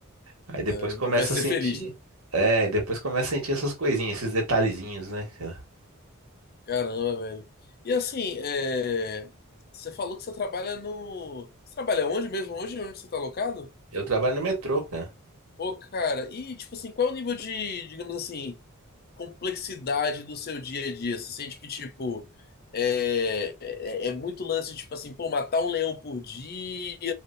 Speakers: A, on the right; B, on the left.
A: Aí depois
B: É,
A: começa
B: Vai ser
A: a sentir,
B: feliz, né?
A: é, depois começa a sentir essas coisinhas, esses detalhezinhos, né, cara?
B: Caramba, velho. E assim, é, você falou que você trabalha no. Você trabalha onde mesmo? Onde? Onde você está alocado?
A: Eu trabalho no metrô, cara.
B: Pô, cara, e tipo assim, qual é o nível de, digamos assim, complexidade do seu dia a dia? Você sente que, tipo, é, é, é muito lance, tipo assim, pô, matar um leão por dia